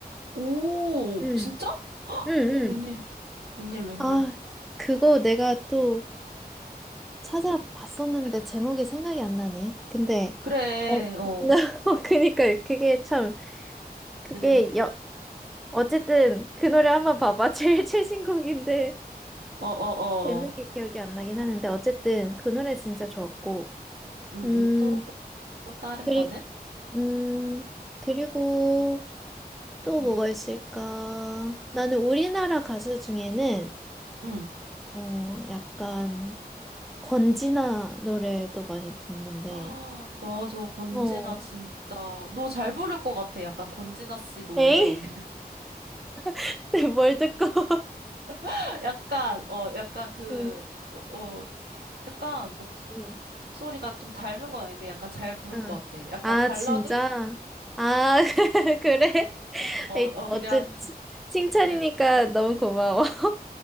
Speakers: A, on the right; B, in the centre.
A: 오,
B: 응,
A: 진짜?
B: 응, 응.
A: 웬일 웬일 웬일.
B: 아, 그거 내가 또 찾아봤었는데 제목이 생각이 안 나네. 근데
A: 그래,
B: 어,
A: 어,
B: <laughs> 나 그니까 그게 참 그게
A: 그래.
B: 여, 어쨌든 그 노래 한번 봐봐. <laughs> 제일 최신 곡인데
A: 어, 어,
B: 제목이
A: 어.
B: 기억이 안 나긴 하는데 어쨌든 그 노래 진짜 좋았고.
A: 음,
B: 음,
A: 음, 또, 또, 또 다른
B: 그리고
A: 거는?
B: 음, 그리고 또
A: 음,
B: 뭐가 있을까? 나는 우리나라 가수 중에는
A: 음.
B: 어, 약간 권진아 노래도 많이 듣는데.
A: <gasps> 아, 맞아. 권진아
B: 어.
A: 진짜 너 잘 부를 것 같아. 약간 권진아 씨 노래.
B: 에잉? <laughs> 근데 뭘 듣고? <laughs>
A: <laughs> 약간 어 약간 그
B: 응,
A: 어, 어, 약간 목
B: 응.
A: 목소리가 좀 닮은 건 아닌데 약간 잘 부를
B: 아,
A: 것 같아. 약간
B: 아,
A: 발라드?
B: 진짜? 아, <laughs> 그래?
A: 어,
B: 에이,
A: 어
B: 어째
A: 그냥
B: 치- 칭찬이니까
A: 그랬.
B: 너무 고마워. <laughs>